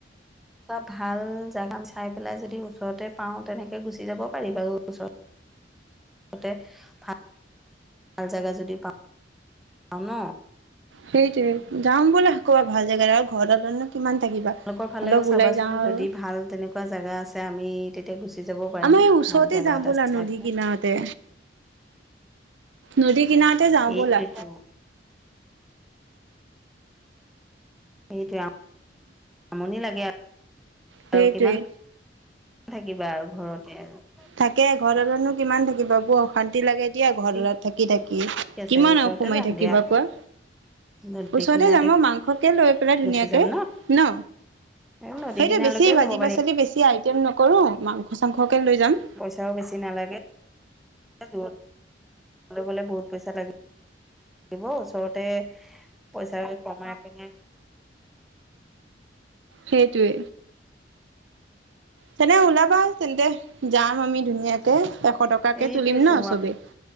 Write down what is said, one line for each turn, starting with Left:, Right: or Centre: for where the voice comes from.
Centre: এটা ভাল জোগা চাই পেলাই যদি ওচৰতে পাওঁ তেনেকে গুচি যাব পাৰি বাৰু ওচৰত। মুঠতে ভাত। ভাল জেগা যদি পাওঁ। পাওঁ ন।
Right: সেইটোৱে যাম বলা কবাত ভাল জেগা আৰু ঘৰতনো কিমান থাকিবা।
Centre: আপালোকৰ ফালেও
Right: অলপ
Centre: চাবাচোন
Right: ওলাই যাওঁ আৰু
Centre: যদি ভাল তেনেকুৱা জেগা আছে আমি তেতিয়া গুচি যাব পাৰিম।
Right: আমাৰ এই ওচৰতে
Centre: ভাল জেগা
Right: যাওঁ
Centre: এটা
Right: ব'লা
Centre: চাই
Right: নদী
Centre: পেলাই
Right: কিনাৰতে।
Centre: <inaudible>
Right: নদী কিনাৰতে যাওঁ
Centre: সেইটোৱেতো
Right: ব'লা।
Centre: সেইটোৱে, আমনি লাগে আৰু,
Right: সেইটোৱে।
Centre: আৰু কিমান- থাকিবা আৰু ঘৰতে আৰু।
Right: তাকে ঘৰতে নো কিমান থাকিব ক। অশান্তি লাগে দিয়া ঘৰত
Centre: ঠিক
Right: থাকি থাকি
Centre: আছে
Right: কিমান
Centre: ওচৰতে
Right: আৰু সোমাই
Centre: যাম
Right: থাকিবা
Centre: দিয়া
Right: কোৱা।
Centre: নদী
Right: ওচৰতে
Centre: কিনাৰতে
Right: যাম ঐ মাংসকে লৈ। কৰা ধুনিয়াকে,
Centre: গুচি যাম
Right: ন
Centre: এই নদী
Right: সেইটো
Centre: কিনাৰলৈকে
Right: বেছি
Centre: যাব
Right: ভাজি
Centre: পাৰি
Right: পাচলি বেছি আৰু। টিম নকৰোঁ মাংস চাংসকৈ লৈ যাম।
Centre: তাও বেছি নালাগে। লগত লগৰ গ'লে বহুত পইচা লাগে। দিব ওচৰতে পইচা কমাই পিনি।
Right: সেইটোৱে। তেনে ওলাবা তেন্তে। যাম আমি ধুনীয়াকে এশ টকাকে
Centre: সেইটোৱেতো
Right: তুলিম ন চবেই।